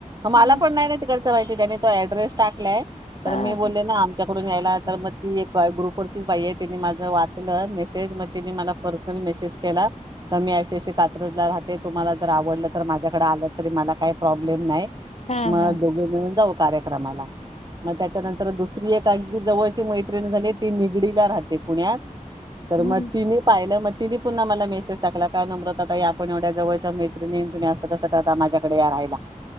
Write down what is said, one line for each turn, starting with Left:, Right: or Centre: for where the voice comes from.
Right: मला
Left: हा
Right: पण नाही ना तिकडे माहिती त्यांनी तो ऍड्रेस टाकलाय तर
Left: हा
Right: मी बोलले
Left: हा
Right: ना आमच्याकडून यायला तर मग ती मा ग्रुप वरची ची बाई आहे. तिने माझं वाचलं मेसेज मग तिने पर्सनल मेसेज केला. अशी अशी कात्रला राहते तुम्हाला जर आवडलं तर माझ्याकडे आल्या तरी मला काही प्रॉब्लेम नाही मग
Left: हा हा
Right: दोघे मिळून जाऊ. कार्य्रक्रम ला मग त्याच्यानंतर दुसरी एक अगदी जवळची मैत्रीण झालेय ती निगडी ला राहते पुण्यात
Left: हम्म
Right: मग त पाहिल तिनी पुन्हा मला मेसेज टाकला काय नम्रता ताई या आपण एवढ्या जवळच्या मैत्रीणी तुम्ही असं कसं करता माझ्याकडे या राहियला.